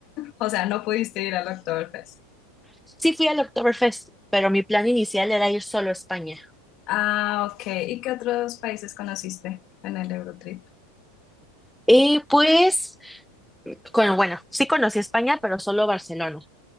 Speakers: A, on the left; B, in the centre.
A: O sea, no pudiste ir al Oktoberfest.
B: Sí fui al Oktoberfest, pero mi plan inicial era ir solo a España.
A: Ah, ok. ¿Y qué otros países conociste en el Eurotrip?
B: Y pues Con, bueno, sí conocí España, pero solo Barcelona.